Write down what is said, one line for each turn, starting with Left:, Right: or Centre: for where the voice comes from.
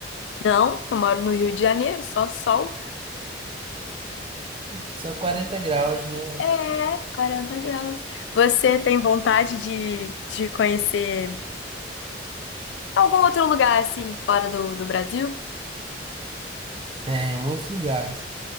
Left: Não, eu moro no Rio de Janeiro, só sol.
Right: Só 40 graus, né?
Left: É, 40 graus. Você tem vontade de, de conhecer algum outro lugar assim, fora do, do Brasil?
Right: É, em muitos lugares.